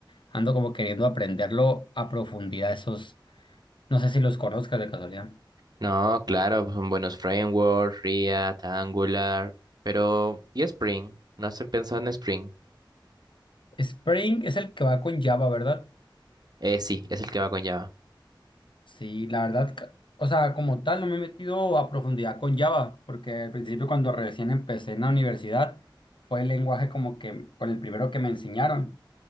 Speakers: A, on the left (about 70°); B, on the right (about 55°).
A: Ando como queriendo aprenderlo a profundidad, esos, no sé si los conozcas de casualidad.
B: No, claro, pues, son buenos frameworks, React, Angular, pero ¿y Spring? ¿No se pensado en Spring?
A: Spring es el que va con Java, ¿verdad?
B: Eh, sí, es el que va con Java.
A: Sí, la verdad, ca- o sea, como tal, no me he metido a profundidad con Java, porque al principio cuando recién empecé en la universidad, fue el lenguaje como que, por el primero que me enseñaron.